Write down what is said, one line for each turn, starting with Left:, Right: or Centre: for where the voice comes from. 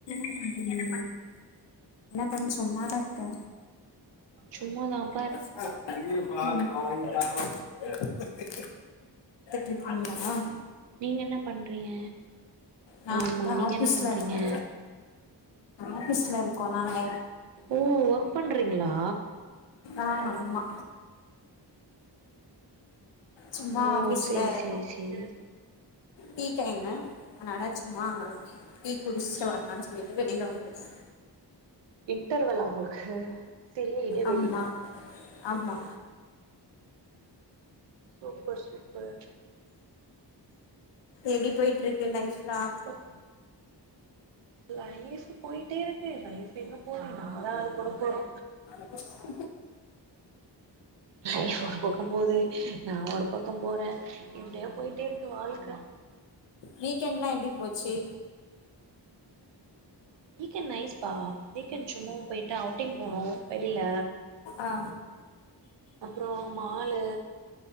Left: என்ன பண்ண சும்மாதா இருக்கே
Right: சும்மாதாம்
Left: ம் டிவி பாத்துட்டு இருக்கீங்களா
Right: நீங்க என்ன பண்றீங்க
Left: நா
Right: ஆமா
Left: வந்து
Right: நீங்க
Left: ஆபீஸ்ல
Right: என்ன பண்றீங்க
Left: இருக்கே ஆபீஸ்ல இருக்கோ நாங்க
Right: ஓ ஒர்க் பண்றீங்களா
Left: ஆ ஆமா சும்மா
Right: ஓ
Left: ஆபீஸ்ல
Right: சேரி சேரி சேரி
Left: டீ டைம் அதனால சும்மா டீ குடிச்சிட்டு வரலான்னு சொல்லிட்டு வெளில வந்துருக்கே
Right: இன்டர்வெல்லா உங்களுக்கு சிறிய இடைவெளி
Left: ஆமா ஆமா
Right: சூப்பர் சூப்பர்
Left: எப்டி போய்ட்டு இருக்கு லைஃப்லா
Right: ஓகே லைஃப் போயிட்டே இருக்கு லைஃப் எங்க போகு நம்மதா அது கூட போறோ
Left: <inaudible>
Right: லைப் ஒரு பக்கோ போது நா ஒரு பக்கோ போறே இப்படியே போயிட்டே இருக்கு வாழ்க்க
Left: வீக்கெண்ட்ல்லா எப்டி போச்சி
Right: வீக்கெண்ட் நைஸ்பா வீக்கெண்ட் சுமோ பொயிட்டு அவுட்டிங் போனோ வெளில
Left: ஆ
Right: அப்றோ மாலு